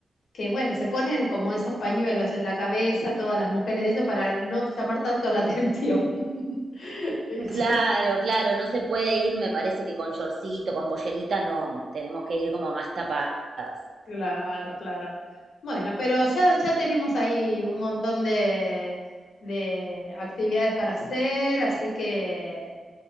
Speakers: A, on the left (about 80°); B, on the right (about 50°).
A: que bueno, se ponen como esos pañuelos en la cabeza, todas las mujeres, eso para no llamar tanto la atención. <laughs> Eso.
B: Claro, claro, no se puede ir, me parece que con shortcito, con pollerita, no, tenemos que ir como más tapadas.
A: Claro, claro. Bueno, pero ya, ya tenemos ahí un montón de, de actividades para hacer, así que